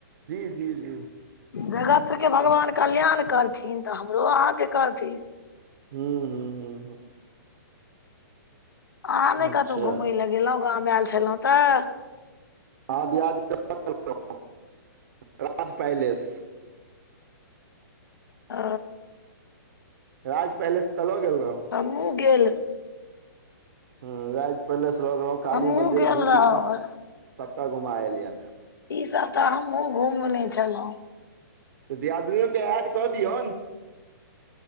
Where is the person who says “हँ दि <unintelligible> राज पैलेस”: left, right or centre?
Right